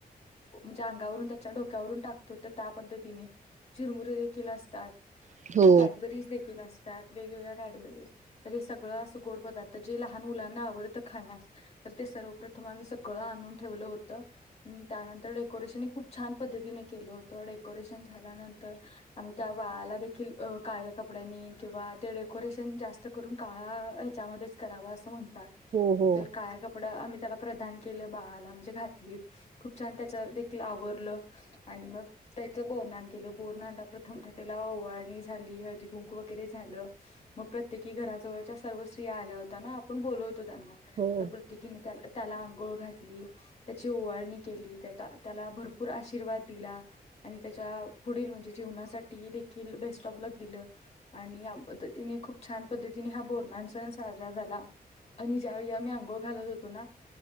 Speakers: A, on the left (about 45°); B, on the right (about 50°).
A: म्हणजे अंगावरून त्याच्या डोक्यावरून टाकतो, तर त्या पद्धतीने चिरमुरे देखील असतात-
B: हो
A: कॅडबरीज देखील असते, - वेगवेगळ्या कॅडबरीज, तर हे सगळं असं गोड पदार्थ जे लहान मुलांना आवडतं खाण्यास- तर ते सर्वप्रथम आम्ही सगळं आणून ठेवलं होतं, त्यानंतर डेकोरेशन हे खूप छान पद्धतीने केल होत, डेकोरेशन झाल्यानंतर आम्ही त्या बाळाला- देखील काळ्या कपड्यांनी किंवा ते डेकोरेशन जास्त करून काळा ह्याच्यामध्ये करावा असं म्हण तात,
B: हो हो
A: तर काळा कप- ड आम्ही त्याला प्रदान केलं बाळाला म्हणजे घातली खूप छान त्याच देखील आवरलं आणि मग त्याचं बोरनान केलं बोरनान प्रथम त्याला ओळ- झाली, हळदी कुंकू वगैरे झालं, मग प्रत्येकी घराजवळच्या सर्व स्त्रिया आल्या होत्या ना आपण बोल- त्यांना
B: हो
A: तर प्रत्येकीने- त्याला आंघोळ घातली, त्याची ओवारणी केली, त्या त्याला भरपूर आशीर्वाद दिला. आणि त्याच्या पुढील म्हणजे जीवनासाठी देखील बेस्ट आँफ लक दिलं आणि या पद्धतीने खूप छान पद्धतीने हा बोरन्हान सण साजरा झाला. आणि ज्यावेळी मी आंघोळ घालत होतो ना,